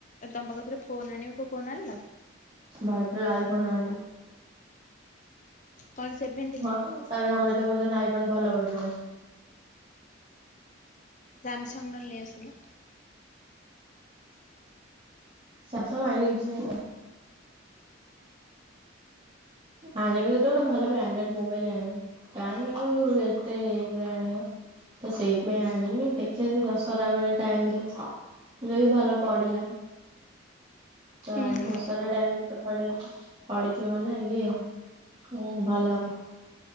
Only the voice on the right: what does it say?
ଭାବୁଚି ଆଇ ଫୋନ୍ ଆଣିବି।
ହଁ ତାପରେ ହମତେ କହୁଛନ୍ତି ଆାଇ ପନ ଭଲ ପଡିବନି।
ସାମସଙ୍ଗ ଆଇଁଲେ କିଛି ନାଇଁଯେ। ଆଣିବି ତ ତ ଗୋଟେ ଭଲ ବ୍ରାଣ୍ଡେଡ ମୋବାଇଲ ଆଣିବ କାହିଁ ଆଉ ଏତେ ଏଇଗୁରା ଆଣିବ। ତ ସେଇଥିପାଇଁ ଆଣିବି ଦେଖିବା ଦଶରା ବେଳେ ଟାଇମରେ। ଯଦି ଭଲ ପଡ଼ିଲା। ତ
ଦଶରା ଟାଇମ ସେପଡେ ପଡିଥିବ ନା ଇଏ ହୁଁ ଭଲ ଲାଗୁ